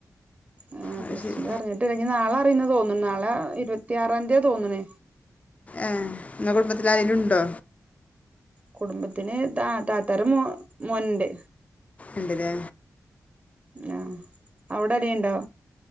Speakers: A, on the right; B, on the left.
A: ആ
B: അത്
A: പ്ലസ്റ്റുൻ്റെ
B: ശരി
A: അറിഞ്ഞിട്ടില്ല ഇഞ്ഞി നാളെ അറിയുന്ന് തോന്നും നാളെ ഇരുപത്തിയാറാംതി യാ തോന്ന്ണ്
B: ഏ ങ്ങള കുടുംബത്തിലരെങ്കിലും ഉണ്ടോ?
A: കുടുംബത്തിന് ത താത്താരെ മോ മോൻണ്ട്.
B: ഇണ്ട്ല്ലേ.
A: ആ അവിടെരെണ്ടോ?